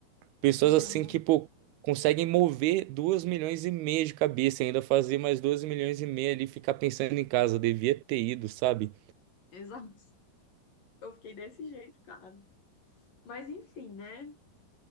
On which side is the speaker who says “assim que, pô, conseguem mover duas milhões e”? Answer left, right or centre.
Right